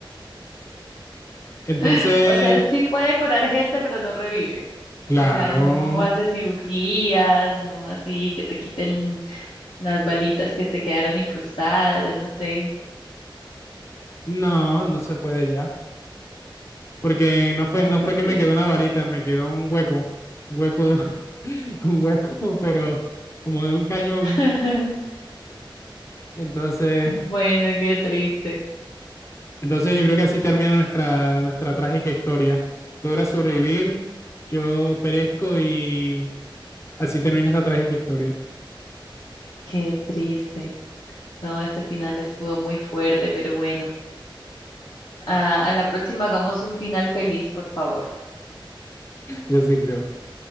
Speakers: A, on the left; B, on the left.
A: Entonces,
B: <laughs> O sea, sí puede curar gente, pero no revive.
A: claro,
B: O sea, no hace cirugías, no así que te quiten las balitas que te quedaron incrustadas, yo no sé.
A: no, no se puede ya. porque no fue,
B: No,
A: no
B: qué
A: fue
B: triste.
A: que me quedó una balita, me quedó un hueco, un hueco, <laughs> un hueco, pero como de un cañón.
B: <laughs>
A: Entonces,
B: Bueno, qué triste.
A: entonces yo creo que así termina nuestra, nuestra trágica historia. Logra sobrevivir, yo perezco y así termina esta trágica historia.
B: Qué triste. No, ese final estuvo muy fuerte, pero bueno. A, a la próxima hagamos un final feliz, por favor.
A: Yo sí creo.